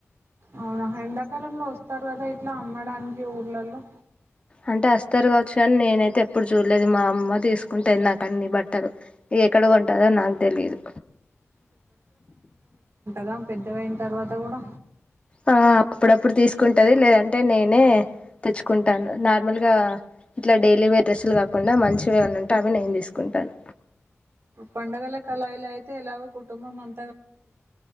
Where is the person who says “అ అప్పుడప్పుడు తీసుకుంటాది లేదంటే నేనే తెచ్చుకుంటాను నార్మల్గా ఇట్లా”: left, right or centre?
Left